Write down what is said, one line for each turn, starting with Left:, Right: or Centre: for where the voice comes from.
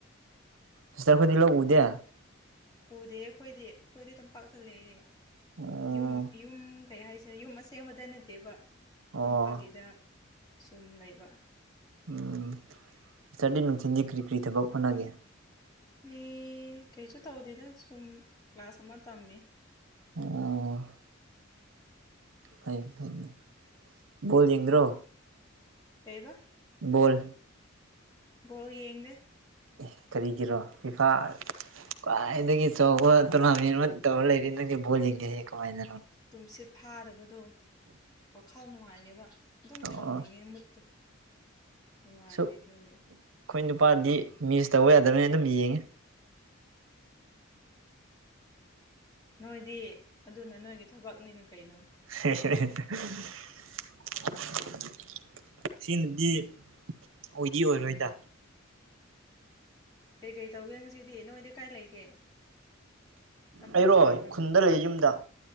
Right: ꯁꯤꯁꯇꯔ ꯈꯣꯏꯗꯤ ꯂꯧ ꯎꯗꯦ
Left: ꯎꯗꯦ ꯑꯩꯈꯣꯏꯗꯤ ꯑꯩꯈꯣꯏꯗꯤ ꯇꯝꯄꯥꯛꯇ ꯂꯩꯌꯦ
Right: ꯑꯣ
Left: ꯌꯨꯝ ꯌꯨꯝ ꯀꯩ ꯍꯥꯏꯁ ꯗ ꯌꯨꯝ ꯑꯁꯦꯡꯕꯗ ꯅꯠꯇꯦꯕ
Right: ꯑꯣ
Left: ꯇꯝꯄꯥꯛꯀꯤꯗ ꯁꯨꯝ ꯂꯩꯕ
Right: ꯎꯝ ꯁꯤꯁꯇꯔꯗꯤ ꯅꯨꯡꯊꯤꯟꯗꯤ ꯀ꯭ꯔꯤ ꯀ꯭ꯔꯤ ꯊꯕꯛ ꯍꯣꯠꯅꯒꯦ
Left: ꯑꯩ ꯀꯩꯁꯨ ꯇꯧꯗꯦꯗ ꯁꯨꯝ ꯀ꯭ꯂꯥꯁ ꯑꯃ ꯇꯝꯃꯤ
Right: ꯑꯣ ꯐꯩ ꯐꯩꯅꯦ ꯕꯣꯜ ꯌꯦꯡꯗ꯭ꯔꯣ
Left: ꯀꯩꯕ
Right: ꯕꯣꯜ
Left: ꯕꯣꯜ ꯌꯦꯡꯗꯦ
Right: ꯑꯦ ꯀꯔꯤꯒꯤꯔꯣ ꯐꯤꯐꯥ ꯈ꯭ꯋꯥꯏꯗꯒꯤ ꯑꯆꯧꯕ ꯇꯣꯔꯅꯥꯃꯦꯟ ꯑꯃ ꯇꯧꯔ ꯂꯩꯔꯤ ꯅꯪꯗꯤ ꯕꯣꯜ ꯌꯦꯡꯗꯦꯍ‌ꯦ ꯀꯃꯥꯏꯅ
Left: ꯇꯨꯝꯁꯤꯠ ꯐꯥꯗꯕꯗꯣ ꯋꯥꯈꯜ ꯅꯨꯡꯉꯥꯏꯗꯦꯕ ꯑꯗꯨꯝ
Right: ꯑꯣ
Left: ꯁꯥꯎꯅꯤꯡꯉꯦ ꯃꯨꯠꯇꯨ ꯅꯨꯡꯉꯥꯏꯇꯦ
Right: ꯁꯨꯛ
Left: ꯑꯗꯨꯒꯤ
Right: ꯑꯩꯈꯣꯏ ꯅꯨꯄꯥꯗꯤ ꯃꯤꯁ ꯇꯧꯕ ꯌꯥꯗꯕꯅꯤꯅ ꯑꯗꯨꯝ ꯌꯦꯡꯉꯦ
Left: ꯅꯣꯏꯗꯤ ꯑꯗꯨꯅ ꯅꯣꯏꯒꯤ ꯊꯕꯛꯅꯤꯅ ꯀꯩꯅꯣ
Right: <unintelligible> ꯁꯤꯅꯗꯤ ꯑꯣꯏꯗꯤ ꯑꯣꯏꯔꯣꯏꯗ
Left: ꯀꯩ ꯀꯩ ꯇꯧꯒꯦ ꯉꯁꯤꯗꯤ ꯅꯣꯏꯗꯤ ꯀꯥꯏ ꯂꯩꯒꯦ ꯇꯝꯄꯥꯛꯇ
Right: ꯑꯩꯔꯣ
Left: ꯂꯩꯕ꯭ꯔꯣ
Right: ꯈꯨꯟꯗ ꯂꯩ ꯌꯨꯝꯗ